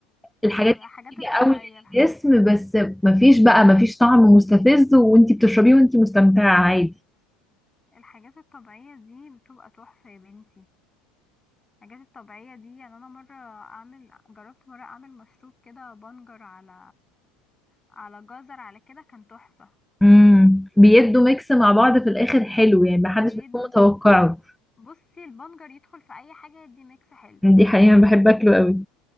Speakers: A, in the centre; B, on the left.
A: الحاجات
B: ايوه
A: دي
B: حاجات
A: بتيجي
B: الطبيعية
A: قوي للجسم بس ما فيش بقى ما فيش طعم مستفز وانت بتشربيه وانت مستمتعة عادي
B: الحاجات الطبيعية دي بتبقى تحفة يا بنتي الحاجات الطبيعية دي يعني أنا مرة أعمل جربت مرة أعمل مشروب كده بنجر على على جزر على كده كان تحفة
A: امم بيدوا ميكس مع بعض في الاخر حلو يعني ما حدش
B: بيد
A: بيكون متوقعه
B: بصي البنجر يدخل في أي حاجة يدي ميكس حلو
A: دي حقيقة أنا بحب اكله قوي